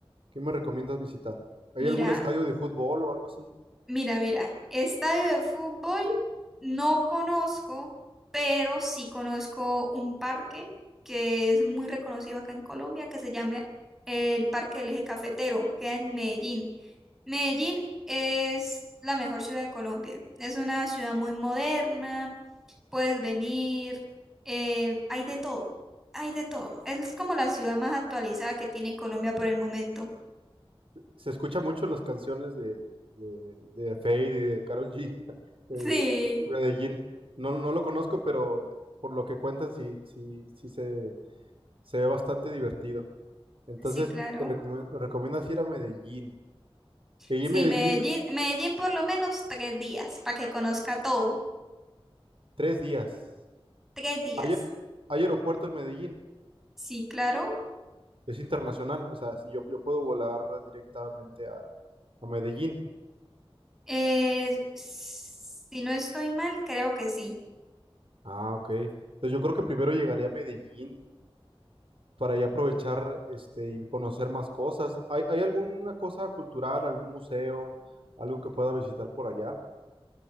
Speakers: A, on the right; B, in the centre.
A: ¿Qué me recomiendas visitar? ¿Hay
B: Mira,
A: algún estadio de fútbol o algo así?
B: Mira, mira, estadio de fútbol no conozco, pero sí conozco un parque que es muy reconocido acá en Colombia, que se llama el Parque del Eje Cafetero, queda en Medellín. Medellín es la mejor ciudad de Colombia, es una ciudad muy moderna, puedes venir, eh, hay de todo, hay de todo. Es como la ciudad más actualizada que tiene Colombia por el momento.
A: Se escucha mucho en las canciones de, de, de Fade y de Karol G. <laughs> Es,
B: Sí,
A: es Medellín. No, no lo conozco, pero por lo que cuentan, sí, sí, sí se, se ve bastante divertido. Entonces,
B: sí, claro.
A: te recome- recomiendas ir a Medellín. Y
B: Sí,
A: en Medellín,
B: Medellín, Medellín por lo menos tres días para que conozca todo.
A: tres días.
B: Tres días.
A: ¿Hay, hay aeropuerto en Medellín?
B: Sí, claro.
A: Es internacional. O sea, si yo, yo puedo volar directamente a, a Medellín.
B: Eh, si no estoy mal, creo que sí.
A: Ah, ok. Entonces yo creo que primero llegaría a Medellín para ya aprovechar este y conocer más cosas. ¿Hay, hay alguna cosa cultural, algún museo, algo que pueda visitar por allá?